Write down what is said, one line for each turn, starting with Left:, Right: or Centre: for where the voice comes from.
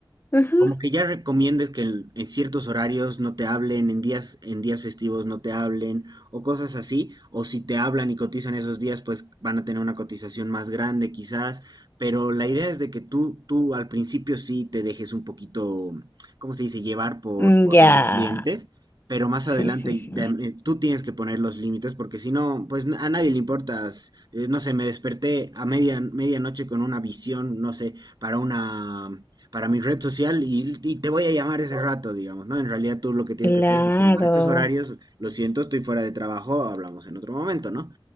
Left: Ujú.
Right: como que ya recomiendes que en, en ciertos horarios no te hablen, en días, en días festivos no te hablen, o cosas así, o si te hablan y cotizan esos días, pues van a tener una cotización más grande quizás, pero la idea es de que tú, tú al principio sí te dejes un poquito, ¿cómo se dice?, llevar por,
Left: Mm,
Right: por
Left: Ya,
Right: los clientes, pero más
Left: sí,
Right: adelante
Left: sí,
Right: y
Left: sí.
Right: eh, tú tienes que poner los límites, porque si no, pues a nadie le importas, eh, no sé, me desperté a media, medianoche con una visión, no sé, para una para mi red social y, y te voy a llamar ese rato, digamos, ¿no? En realidad tú lo que tienes
Left: Claro,
Right: que hacer es decir, no, a estos horarios, lo siento, estoy fuera de trabajo, hablamos en otro momento, ¿no?